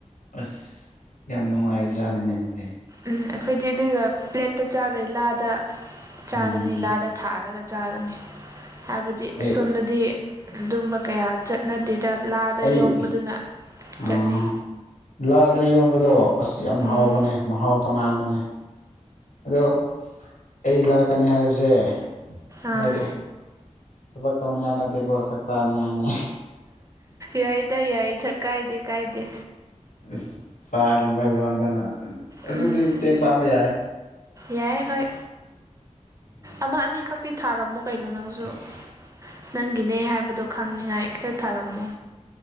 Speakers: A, on the left; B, on the right.
A: ꯑꯁ ꯌꯥꯝ ꯅꯨꯡꯉꯥꯏꯕꯖꯥꯠꯅꯦꯅꯦꯗꯤ
B: ꯎꯝ ꯑꯩꯈꯣꯏꯗꯤ ꯑꯗꯨꯒ ꯄ꯭ꯂꯦꯠꯇ ꯆꯥꯔꯣꯏ ꯂꯥꯗ ꯆꯥꯒꯅꯤ
A: ꯎꯝ
B: ꯂꯥꯗ ꯊꯥꯔꯒ ꯆꯥꯒꯅꯤ ꯍꯥꯏꯕꯗꯤ
A: ꯑꯩ
B: ꯁꯣꯝꯗꯗꯤ ꯑꯗꯨꯝꯕ ꯀꯌꯥ ꯆꯠꯅꯗꯦ ꯂꯥꯗ
A: ꯑꯩ
B: ꯌꯣꯝꯕꯗꯨꯅ
A: ꯎꯝ
B: ꯆꯠꯅꯩ
A: ꯂꯥꯗ ꯌꯣꯝꯕꯗꯣ ꯑꯁ‌ ꯌꯥꯝ
B: ꯎꯝ
A: ꯍꯥꯎꯕꯅꯦ ꯃꯍꯥꯎ ꯇꯣꯉꯥꯟꯕꯅꯦ ꯑꯗꯣ ꯑꯩ ꯂꯥꯛꯀꯅꯤ ꯍꯥꯏꯕꯁꯦ
B: ꯑꯥ
A: ꯍꯥꯏꯔꯦ ꯊꯕꯛ ꯇꯧꯅꯤꯡꯉꯥꯏ ꯅꯠꯇꯦꯀꯣ ꯆꯥꯛ ꯆꯥꯅꯤꯡꯉꯥꯏꯅꯤ
B: ꯌꯥꯏꯗ ꯌꯥꯏꯗ ꯀꯥꯏꯗꯦ ꯀꯥꯏꯗꯦ
A: ꯑ ꯁꯥꯒꯨꯝꯕ ꯂꯣꯟꯕꯅ ꯑꯗꯨꯗꯤ
B: ꯎꯝ
A: ꯃꯇꯦꯡ ꯄꯥꯡꯕ ꯌꯥꯏꯌꯦ
B: ꯌꯥꯏ ꯍꯣꯏ
A: ꯎꯝ
B: ꯑꯃ ꯑꯅꯤꯈꯛꯇꯤ ꯊꯥꯔꯝꯃꯣ ꯀꯩꯅꯣ ꯅꯪꯁꯨ
A: ꯑꯁ
B: ꯅꯪꯒꯤꯅꯦ ꯍꯥꯏꯕꯗꯣ ꯈꯪꯅꯤꯡꯉꯥꯏ ꯈꯔ ꯊꯥꯔꯝꯃꯣ